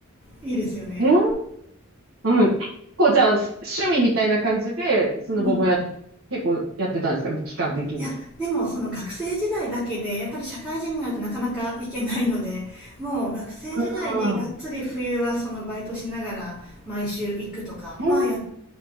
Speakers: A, in the centre; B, on the right.
A: いいですよね。
B: えうん。こう、じゃあ、趣味みたいな感じで、スノボもや、
A: うん。
B: 結構やってたんですかね、期間的にも。
A: いや、でもその学生時代だけで、やっぱり社会人になるとなかなか行けないので、もう学生時代ねがっつり冬はそのバイトしながら毎週行くとかはやっ、
B: うん。へえ、